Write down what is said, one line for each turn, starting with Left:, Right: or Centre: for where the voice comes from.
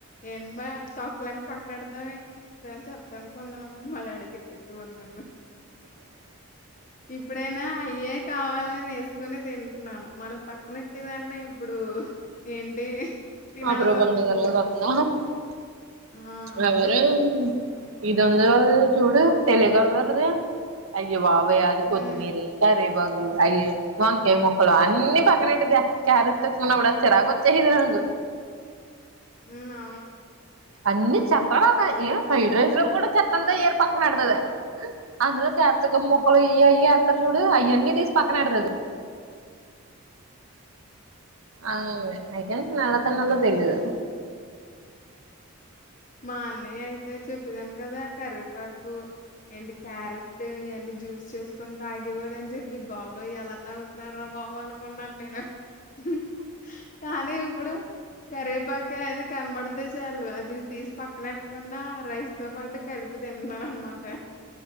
Left: ఏంటి మాయ తొక్లన్ని పక్కన ఏడతావేంటి చ చెప్తా అనుకున్నాండి మా డాడీ తిట్టేసోర్ నన్ను ఇప్పుడైనా అయ్యే కావాలని ఏస్క్ కుని తింటున్నాను మనం పక్కనేట్టే దాన్ని ఇప్పుడు ఏంటి
Right: <unintelligible>
Left: తినాల్సొస్తుంది. ఆ అవును
Right: ఎవరేం ఇదుందిగ చూడు తెలిగళ్లరుది అయ్య బాబ్ ఓయే అది
Left: హ్మ్
Right: కొత్తిమీరి కరేపా పాకు అయ్యే వంకాయ ముక్కలు అన్ని పక్కనెట్టిది క్యారెట్ తెచ్కున్న గూడా చిరాకు వచ్చేసేది నాకు.
Left: మ్న్నా
Right: అన్ని చెత్త అన్న ఏ ఫ్రైడ్ రైస్ లో కూడా చెత్తంత ఏర్ పక్కనడతది అందులో కాప్సికుం
Left: హ్మ్.
Right: ముక్కలు ఇయ్ అయ్య ఎతర్ జుడు అయ్యన్ని తీసి పక్కనేడ్తది. ఆ ఐతేన్స్ నలతన్నలో
Left: ఎప్పుడా?
Right: తెలీదు
Left: మా అన్నయైతే చెప్పేదాన్ కదా కర్వెపాకు ఏంటి క్యారెట్ ఇయన్ని జ్యూస్ చేసుకోన్ తాగేవాడ్ అని చెప్పి బాబాయ్ ఎలా తాగుతున్నాడ్ రా బాబ్ అనుకున్నాన్ నేను హు కానీ ఇప్పుడు కరవేపాక అది కనబడితే చాలు అది అది తీస్ పక్కనెట్టకుండా రైస్ తో పాటు కలిపి తింటునన్ అనమాట.